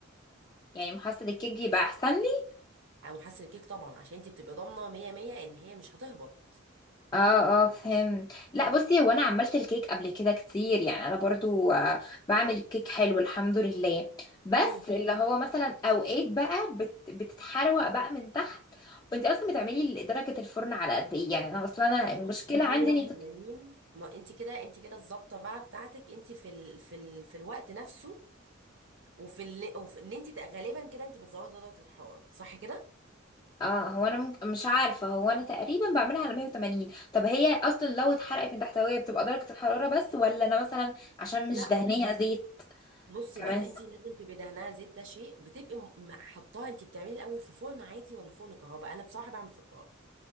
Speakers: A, on the left; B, on the right.
A: يعني محصل الكيك يبقى احسن لي
B: او حاسه الكيك طبعا عشان انت بتبقي ضامنه 100 100 ان هي مش هتهبط
A: اه اه فهمت لا بصي هو انا عملت الكيك قبل كده كتير يعني انا برضو آه، بعمل كيك حلو الحمد لله بس
B: امم
A: اللي هو مثلا اوقات بقى بت بتتحروق بقى من تحت وانت اصلا بتعملي درجه الفرن على قد ايه يعني انا اصلا انا المشكله
B: بصي، 180
A: عندي اني
B: ما انت كده انت كده الظابطه بقى بتاعتك انت في ال... في ال... في الوقت نفسه وفي اللي وفي ان انت تق- غالبا كده انت بتزودي درجه الحراره صح كده
A: اه هو انا ممكن مش عارفه هو انا تقريبا بعملها على 180 طب هي اصلا لو اتحرقت من تحتويه بتبقى درجه الحراره بس ولا انا مثلا عشان مش
B: لا
A: دهنيها
B: وت-
A: زيت
B: بصي
A: كمان
B: لا انت لازم تبقي دهنها زيت ده شيء بتبقي م- م- حطاها انت بتعملي الاول في فرن عادي ولا فرن كهرباء انا بصراحه بعمل في الكهرباء